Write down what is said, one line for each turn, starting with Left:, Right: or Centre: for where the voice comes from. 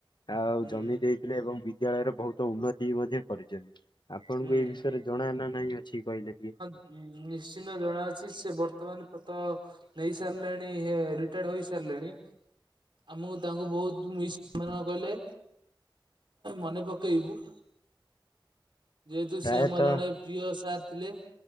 Left: ଆଉ
Right: ହୁଁ
Left: ଜମି ଦେଇଥିଲେ ଏବଂ ବିଦ୍ୟାଳୟର ବହୁତ ଉନ୍ନତି ବି ମଧ୍ୟ କରିଛନ୍ତି। ଆପଣଙ୍କୁ
Right: ହୁଁ।
Left: ଏଇ ବିଷୟରେ ଜଣା ନା ନାହିଁ ଅଛି କହିଲେ ଟିକେ?
Right: ହଁ ନିଶ୍ଚିନ୍ତ ଜଣାଅଛି ସେ ବର୍ତ୍ତମାନ ପ୍ରତ ନେଇ ସାରିଲେଣି ହେ ରିଟାୟାର୍ଡ ହୋଇ ସାରିଲେଣି। ଆମକୁ ତାଙ୍କୁ ବହୁତ ମିସ କହିଲେ ମନେ ପକେଇବୁ। ଯେହେତୁ
Left: ପ୍ରାୟତଃ
Right: ସିଏ ଆମ ଜଣେ ପ୍ରିୟ ସାର୍ ଥିଲେ